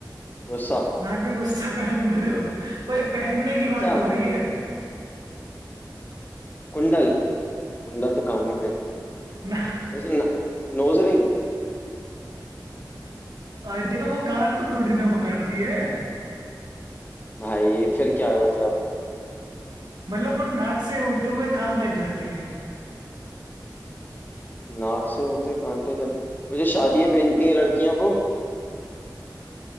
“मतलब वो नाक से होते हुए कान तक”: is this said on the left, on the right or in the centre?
Right